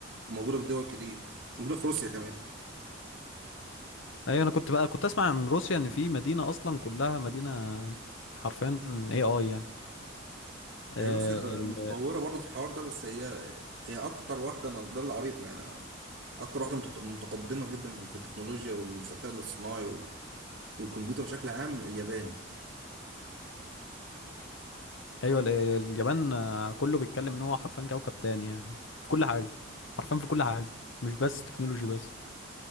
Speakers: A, on the right; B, on the left.
A: وموجوده في دول كتير موجوده في روسيا كمان
B: ايوه انا كنت بقى كنت اسمع عن روسيا ان في مدينة اصلا كلها مدينة حرفيا اي اي يعني
A: هي روسيا متطوره برضه في الحوار ده بس هي هي اكتر واحده انا ده اللي قريته يعني انا- اكتر واحده متط- متقدمه جدا في في التكنولوجيا والذكاء الاصطناعي و... والكمبيوتر بشكل عام اليابان
B: ايوه ال- اليابان آه، كله بيتكلم ان هو حرفيا كوكب تاني يعني في كل حاجه حرفيا في كل حاجه مش بس تكنولوجي بس